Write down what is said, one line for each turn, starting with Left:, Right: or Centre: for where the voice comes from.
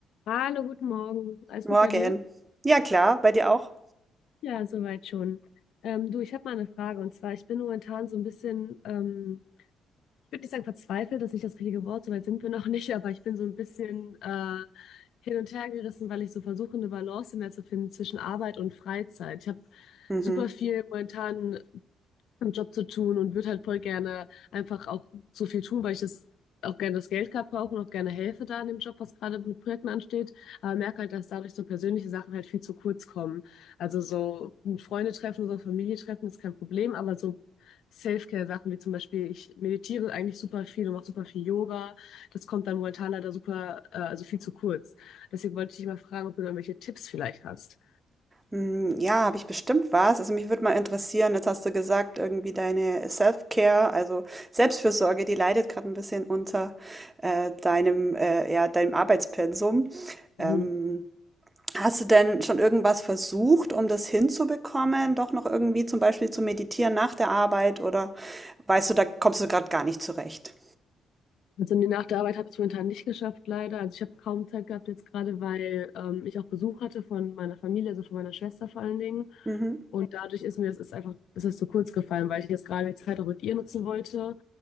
Left: Hallo, guten Morgen. Alles
Right: Morgen.
Left: gut bei dir?
Right: Ja, klar, bei dir auch?
Left: Ja, soweit schon. Ähm, du, ich habe mal eine Frage und zwar, ich bin momentan so ein bisschen, ähm, ich würde nicht sagen verzweifelt, das ist nicht das richtige Wort, soweit sind wir noch <laughs> nicht, aber ich bin so ein bisschen äh, hin und her gerissen, weil ich so versuche, eine Balance mehr zu finden zwischen Arbeit und Freizeit. Ich habe
Right: Mhm.
Left: super viel momentan einen Job zu tun und würde halt voll gerne einfach auch so viel tun, weil ich das auch gerne das Geld gerade brauche und auch gerne helfe da in dem Job, was gerade mit Projekten ansteht. Aber merke halt, dass dadurch so persönliche Sachen halt viel zu kurz kommen. Also so ein Freunde treffen oder Familie treffen ist kein Problem, aber so Self-Care-Sachen wie zum Beispiel, ich meditiere eigentlich super viel und mache super viel Yoga. Das kommt dann momentan leider super, äh, also viel zu kurz. Deswegen wollte ich dich mal fragen, ob du da irgendwelche Tipps vielleicht hast.
Right: Mm, Ja, habe ich bestimmt was. Also mich würde mal interessieren, jetzt hast du gesagt, irgendwie deine Self-Care, also Selbstfürsorge, die leidet gerade ein bisschen unter äh, deinem, äh, ja, deinem Arbeitspensum. Ähm,
Left: Mhm.
Right: hast du denn schon irgendwas versucht, um das hinzubekommen? Doch noch irgendwie zum Beispiel zu meditieren nach der Arbeit oder weißt du, da kommst du gerade gar nicht zurecht?
Left: Also nee, nach der Arbeit habe ich es momentan nicht geschafft, leider. Also ich habe kaum Zeit gehabt jetzt gerade, weil ähm, ich auch Besuch hatte von meiner Familie, also von meiner Schwester vor allen Dingen.
Right: Mhm.
Left: Und dadurch ist mir das ist einfach, das ist zu kurz gefallen, weil ich jetzt gerade die Zeit auch mit ihr nutzen wollte.